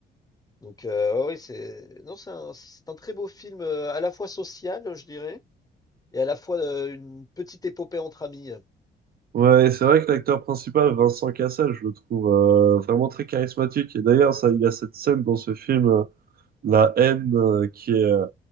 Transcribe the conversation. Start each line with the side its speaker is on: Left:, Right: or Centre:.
Left: Donc euh, ouais, oui, c'est non, c'est un, c'est un très beau film euh, à la fois social, je dirais, et à la fois euh, une petite épopée entre amis.
Right: Ouais, et c'est vrai que l'acteur principal, Vincent Cassel, je le trouve euh, vraiment très charismatique. Et d'ailleurs, ça, il y a cette scène dans ce film, euh, La haine, euh, qui est, euh,